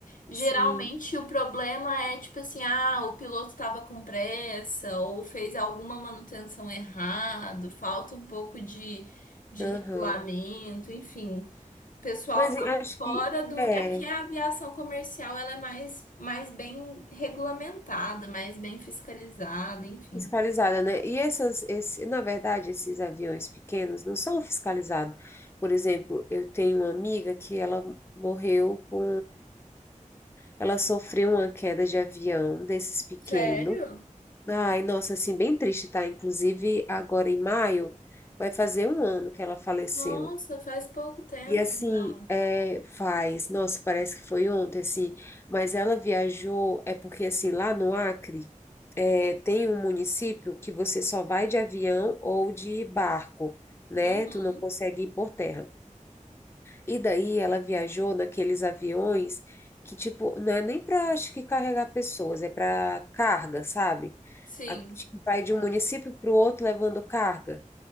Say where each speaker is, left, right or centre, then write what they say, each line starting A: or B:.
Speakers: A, on the left (about 80°); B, on the left (about 20°).
A: Geralmente
B: sim,
A: o problema é tipo assim, ah, o piloto estava com pressa ou fez alguma manutenção errado, falta um pouco de, de
B: aham.
A: regulamento, enfim. O pessoal
B: Mas
A: estava
B: eu acho
A: fora
B: que
A: do.
B: é
A: É que a aviação comercial ela é mais, mais bem regulamentada, mais bem fiscalizada, enfim.
B: fiscalizada, né? E essas, esse, na verdade, esses aviões pequenos não são fiscalizados. Por exemplo, eu tenho uma amiga que ela morreu com Ela sofreu uma queda de avião desses pequeno.
A: Sério?
B: Ai, nossa, assim, bem triste, tá? Inclusive, agora em maio, vai fazer um ano que ela faleceu.
A: Nossa, faz pouco tempo
B: E assim,
A: então.
B: é, faz, nossa, parece que foi ontem, assim, mas ela viajou, é porque assim, lá no Acre, é, tem um município que você só vai de avião ou de barco, né?
A: Uhum.
B: Tu não consegue ir por terra. E daí ela viajou naqueles aviões que, tipo, não é nem para, acho que, carregar pessoas, é para carga, sabe?
A: Sim,
B: A- que Vai de um município para o outro levando carga.